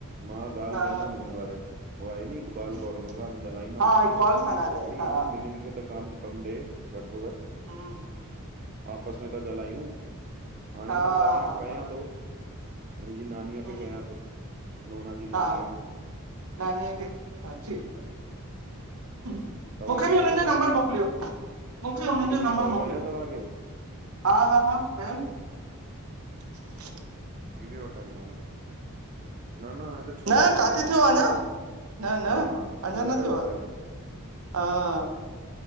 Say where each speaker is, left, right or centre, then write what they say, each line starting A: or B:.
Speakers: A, on the right; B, on the right.
A: मां ॻाल्हि
B: हा
A: कंदमु हिन बारे। उहा आहे न इकबाल
B: हम्म,
A: कौर हुनखां त ॻाल्हाईंदमि
B: हा
A: अॼु
B: इकबाल सां ॻाल्हायसि
A: भई
B: हा
A: हिनन। त कम ॾे घटि में घटि
B: हम्म,
A: आपस में त ॻाल्हायूं। हाणे
B: हा
A: मां
B: हा
A: कारां
B: हा
A: कयां थो हिन जी नानीअ
B: हम्म,
A: खे कयां थो नोना जी
B: हा
A: नानीअ खे
B: नानीअ खे हा ठीकु आहे मुखे
A: तव्हांखे
B: बि
A: कयां
B: हुननि जो
A: हिकिड़ी
B: नंबर
A: ॿी
B: मोकलियो मुखे हुननि
A: हिकिड़ी
B: जो
A: ॿी
B: नंबर
A: कॉल
B: मोकिलियो।
A: कयां तव्हांखे
B: हा हा <unintelligible>
A: थी वयो टाइम हाणे न न हाणे त छह
B: न
A: मिंट
B: किथे
A: थिया आहिनि
B: थियो आहे अञा न
A: हा
B: न
A: हा
B: अञा
A: ॻाल्हायो
B: न थियो
A: ॻाल्हायो।
B: आहे हा